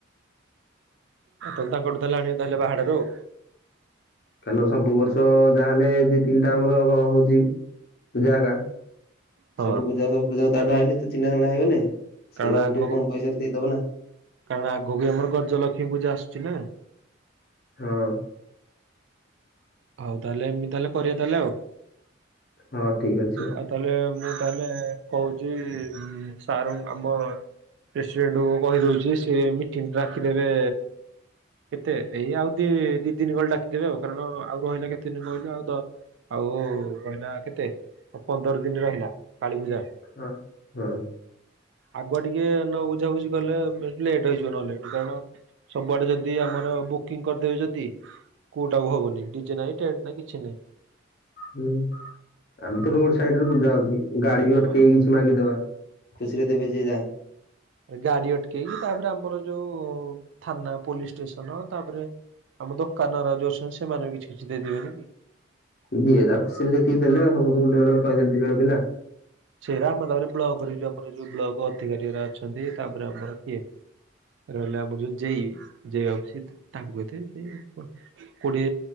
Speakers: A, on the right (about 65°); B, on the left (about 50°).
A: ଆଉ ତାହେଲେ ତାଙ୍କଠୁ ତାହେଲେ ଆଣିବା ତାହେଲେ ଵା ହାଡାରୁ ଆଉ।
B: କାରଣ ସବୁ ବର୍ଷ ଯାହାହେଲେ ଦି ତିନିଟା ଆମର ହଉଛି ପୂଜା ହେଗ
A: ହଁ
B: ସବୁପୂଜା ସବୁପୂଜା ତାଠୁ ଆଣିଲି ଚିହ୍ନାଜଣା ହେଇଗଲେ ସେଇ
A: କାରଣ
B: ଆମକୁ
A: ଆଗକୁ
B: ଟିକେ କମ ପଇସାରେ ଦେଇଦବ ନା।
A: କାରଣ ଆଗକୁ ଆମର ଗଜଲକ୍ଷ୍ମୀ ପୂଜା ଆସୁଛି ନା।
B: ହଁ।
A: ଆଉ ତାହେଲେ ଏମିତି ତାହେଲେ କରିବା ତାହେଲେ ଆଉ।
B: ହଁ ଠିକ ଅଛି।
A: ଆଉ ତାହେଲେ ମୁଁ ତାହେଲେ କହୁଛି ଉନ୍ ସାରୁ ଆମ ପ୍ରେସିଡେଣ୍ଟକୁ କହିଦଉଛି ସେ ମିଟିଂ ରାଖିଦେବେ କେତେ ଏଇ ଆଉ ଦି ଦି ଦିନ ଗଲେ ଡାକିଦବେ ଆଉ କାରଣ ଆଉ ରହିଲା କେତେ ଦିନ କହିଲୁ ଆଉ ତ ଆଉ ରହିଲା କେତେ ପନ୍ଦର ଦିନ ରହିଲା କାଳୀପୂଜା।
B: ହଁ ହଁ।
A: ଆଗୁଆ ଟିକେ ନ ବୁଝାବୁଝି କଲେ ଲେଟ୍ ହେଇଯିବ ନହେଲେ କାରଣ ସବୁଆଡେ ଯଦି ଆମର ବୁକିଂ କରିଦେବେ ଯଦି କୋଉଟା ଆଉ ହବନି। ଡିଜେ ନାଇଁ ଟେଣ୍ଟ ନାଇଁ କିଛିନାଇ।
B: ହୁଁ ଆମେ ତ ରୋଡ ସାଇଡରେ ପୂଜା ହଉଛି ଗାଡି ବି ଅଟକେଇକି
A: ହଁ
B: ମାଗିଦବା ଖୁସିରେ ଦେବେ ଯେ ଯାହା।
A: ଗାଡି ଅଟକେଇକି ତାପରେ ଆମର ଯୋଉ ଥାନା ପୋଲିସ ଷ୍ଟେସନ ତାପରେ ଆମ ଦୋକାନ ଯୋଉ ଅଛନ୍ତି ସେମାନେ ବି କିଛି ଖଛି ଦେଇଦେବେନି କି।
B: ଇିଏ ତା ଖୁସିରେ ଯେତିକି ଦେଲେ ସମଗୋଟେ ଜଣ କ କହିହେ ଦିଜଣ ପିଲା
A: ସେଟା ଆମ ତାପରେ ବ୍ଲକରେ ଯଉ ଆମର ଯୋଉ ବ୍ଲକ ଅଧିକାରୀ ଅଛନ୍ତି ତାପରେ ଆମର କିଏ ରହିଲେ ଆମର ଯୋଉ ଜେଇ ଜେଇ ବାବୁ ସି ତାଙ୍କୁ କହିଥିବ ସେ କଣ କୋଡିଏ